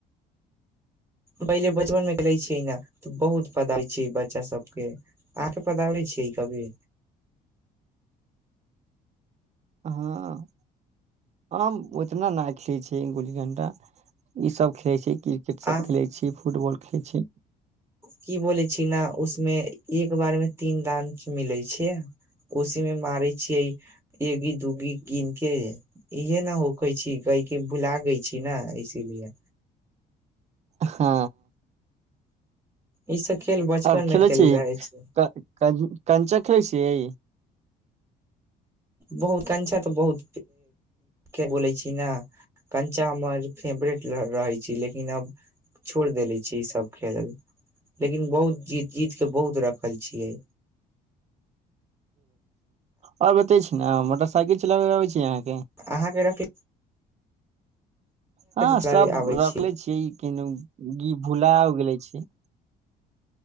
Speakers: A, on the right; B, on the right.
A: पहिले बचपन मे खेलय छियै न त बहुत पदाबै छियै बच्चा सबके अहाँके पदाबै छियै कभी
B: हँ हम ओतना न खेलय छियै गुल्ली डंडा ई सब खेलय छियै क्रिकेट सब
A: आ
B: खेले छी फुटबॉल के छी
A: की बोलै छी ने उसमे एक बार मे तीन दान मिलै छै उसीमे मारै छियै एकगी दूगी गिन के इहे ने होखै छी गैके भुला गई छी न इसीलिए
B: हँ
A: ई सब खेल बचपन
B: आओर खेलय
A: मे खेल
B: छियै
A: रहे छै
B: कंचा खेलय छियै
A: बहुत कंचा तऽ बहुत के बोलै छी ने कंचा हमर फेवरेट रहै छै लेकिन आब छोड़ि देले छी ई सभ खेलल लेकिन बहुत जीत जीत कऽ बहुत रखल छियै
B: आओर बताबे छी ने मोटरसाइकिल चलाबे आबै छी अहाँ
A: अहाँके रखै
B: हँ
A: चलाबे
B: सब
A: आबै
B: रखले
A: छी
B: छियै कि गी भूला हो गेले छै